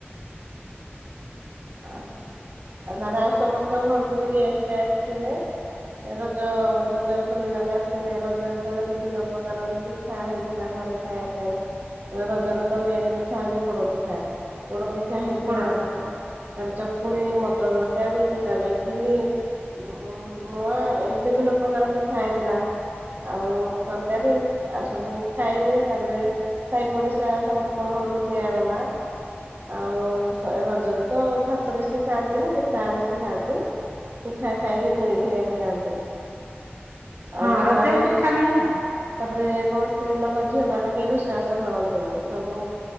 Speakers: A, on the right; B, on the right.
A: ଆ ଆଉ ତାର ଆଉ ସମସ୍ତଙ୍କ ଘରକୁ ବି ଗେଷ୍ଟ୍ ଆସିଥିଲେ। ଏ ରଜ ରଜରେ ବୁଲିବାକେ ଆସଥିଲେ ରଜରେ ତା ପରେ ବିଭିନ୍ନ ପ୍ରକାର ବି ପିଠା ହେଇଥିଲା ଘରେ ଖାଇବା ପାଇଁ। ରଜର ତ ମେନ ପିଠା ହଉଛି ପୋଡ ପିଠା ପୋଡ ପିଠା ହେଇଥିଲା।
B: ବଡ ପିଠା
A: ତାପରେ ତାପରେ ଚକୁଳି, ମଟର ତରକାରୀ, ତାପରେ ଇଟିଲି। ମ ମ ମ ମୁଆଁ ଏମିତି ବିଭିନ୍ନ ପ୍ରକାର ପିଠା ହେଇଥିଲା। ଆଉ ତରକାରୀ ଆଉ ସବୁ ଖାଇଲେ ତାପରେ ସାହି ପଡିଶା ସମସ୍ତଙ୍କ ଘରକୁ ଦିଆଗଲା ଆଉ ଏ ରଜରେ ତ ଭାତ ବେଶୀ ଖାଆନ୍ତିନି ପିଠା ବେଶୀ ଖାଆନ୍ତି। ପିଠା ଖାଇକି ଦୋଳି ଖେଳିବାକୁ ଯାଆନ୍ତି
B: ହଁ
A: ଆଉ ଯେ
B: ରଜରେ
A: ତାର
B: ପିଠା ମେନ୍ ଆଉ।
A: ତାପରେ କଣ ସ୍ତ୍ରୀ ଲୋକ ଝିଅ ମାନେ କେହି ରୋଷେଇବାସ କରନ୍ତିନି ସବୁ